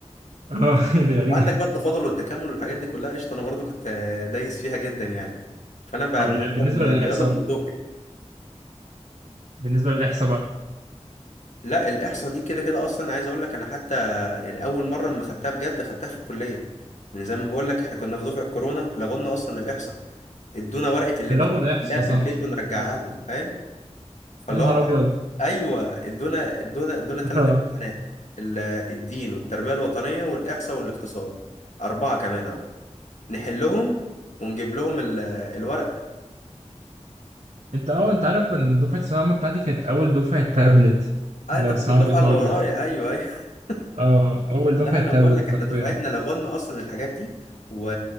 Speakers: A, on the right; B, on the left.
A: أه <laughs> دي غريبة
B: عندك بقى التفاضل والتكامل والحاجات دي كلها قشطة أنا برضو كنت دايس فيها جدا يعني فأنا ب-
A: طب ال-
B: بحب
A: بالنسبة
B: الرياضة
A: للإحصاء
B: من صغري
A: بالنسبة للإحصاء بقى
B: لا الإحصاء دي كده كده أصلا عايز أقول لك أنا حتى يعني أول مرة لما خدتها بجد خدتها في الكلية يعني زي ما بقول لك إحنا كنا في دفعة كورونا لغونا أصلا الإحصاء ادونا ورقة الامتحان
A: ده لغوا الإحصاء
B: نحلها في
A: صح
B: البيت ونرجعها
A: أه
B: لهم فاهم فاللي
A: يا نهار
B: هو انا
A: أبيض
B: ايوه ادونا ادونا ادونا ثلاث
A: <laughs> أه
B: امتحانات ال- الدين والتربيه الوطنيه والاحصاء والاقتصاد اربعه كمان اهو نحلهم ونجيب لهم ال- الورق
A: أنت أه أنث- أه، أنت عارف إن دفعة الثانوية العامة بتاعتي كانت أول دفعة تابلت
B: اه
A: لو
B: انت كنت
A: سمعت
B: الدفعه
A: الحوار
B: اللي ورايا
A: ده
B: ايوه ايوه <laughs>
A: اه اول دفعه
B: لا انا
A: تابلت
B: بقول لك
A: حرفيا
B: احنا دفعتنا لغونا اصلا الحاجات دي و...